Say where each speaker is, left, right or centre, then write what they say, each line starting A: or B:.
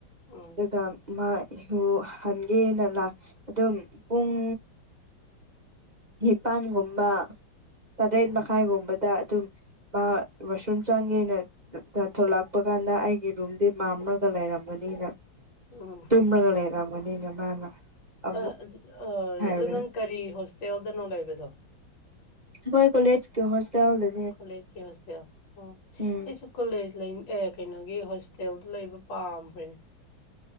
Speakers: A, on the left; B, on the right.
A: ꯎꯝ
B: ꯑꯗꯨꯒ ꯃꯥ ꯏꯍꯨ ꯍꯟꯒꯦꯅ ꯂꯥꯛ ꯑꯗꯨꯝ ꯄꯨꯡ ꯅꯤꯄꯥꯟꯒꯨꯝꯕ ꯇꯔꯦꯠ
A: ꯎꯝ
B: ꯃꯈꯥꯏꯒꯨꯝꯕꯗ ꯑꯗꯨꯝ ꯃꯥ ꯋꯥꯁꯨꯝ ꯆꯥꯡꯒ ꯌꯦꯅ ꯊꯣꯛꯂꯛꯄ ꯀꯥꯟꯗ ꯑꯩꯒꯤ ꯔꯨꯝꯗꯤ ꯃꯝꯂꯒ ꯂꯩꯔꯝꯒꯅꯤꯅ
A: ꯎꯝ
B: ꯇꯂꯒ ꯂꯩꯔꯃꯅꯤꯅ ꯃꯥꯅ ꯑꯃꯨꯛ
A: <unintelligible> ꯑꯗꯨ
B: ꯍꯥꯏꯕꯅꯤ
A: ꯅꯪ ꯀꯔꯤ ꯍꯣꯁꯇꯦꯜꯗꯅꯣ ꯂꯩꯕꯗꯣ
B: ꯑꯩꯈꯣꯏ ꯀꯣꯂꯦꯖꯀꯤ ꯍꯣꯁꯇꯦꯜꯗ
A: ꯀꯂꯦꯖꯀꯤ ꯍꯣꯁꯇꯦꯜ ꯑꯗꯨꯏꯁꯨ
B: ꯎꯝ
A: ꯀꯣꯂꯦꯖ ꯂꯩ ꯑꯦ ꯀꯩꯅꯣꯒꯤ ꯍꯣꯁꯇꯦꯜꯗ ꯂꯩꯕ ꯄꯥꯝꯈ꯭ꯔꯦ